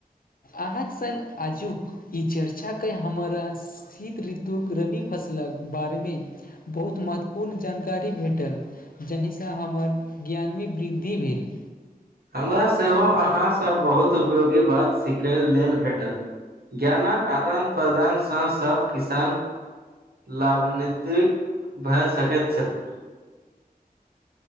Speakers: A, on the left; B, on the right.
A: अहाँक सङ्ग आजूक ई चर्चाेय कऽ हमरा शीत ऋतुक रबि फसलक बारेमे बहुत महत्वपूर्ण जानकारी भेटल। जाहिसँ हमर ज्ञान भी वृद्धि भेल।
B: हमरा सेहो अहाँसँ बहुत उपयोगी बात सिखय लेल भेटल। ज्ञानक आदान प्रदानसँ सब किसान लाभान्वितित भए सकैत छथि।